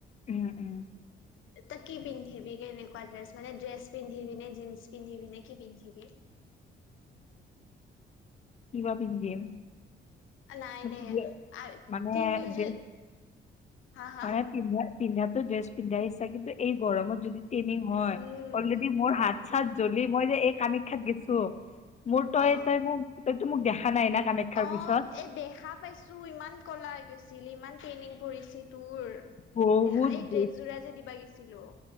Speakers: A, on the left; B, on the left.
A: উম উম।
B: তই কি পিন্ধিবি কেনেকুৱা ড্ৰেছ মানে ড্ৰেছ পিন্ধিবি নে, জিন্স পিন্ধিবি নে, কি পিন্ধিবি?
A: কিবা পিন্ধিম
B: নাই
A: <unintelligible>
B: দে
A: মানে
B: তিনিওযো
A: ড্ৰে-
B: হা হা
A: মানে পিন্ধা পিন্ধাটো ড্ৰেছ পিন্ধা ইচ্ছা কিন্তু এই গৰমত যদি তিনি হয়
B: উম
A: অলৰেডি মোৰ হাত চাত জ্বলি মই যে এই কামাখ্যাত গেছো। মোৰ তয়
B: অ'।
A: ত মোৰ ততো মোক দেখা নাই না। কামাখ্যাৰ
B: অ
A: পিছত
B: এ দেখা পাইছো ইমান কলা হৈ গৈছিল ইমান ট্ৰেইনিং পৰিছে তোৰ।
A: বহুত
B: দেখা এই
A: বেছি
B: ড্ৰেছ যোৰা যে দিবা গেছিলো।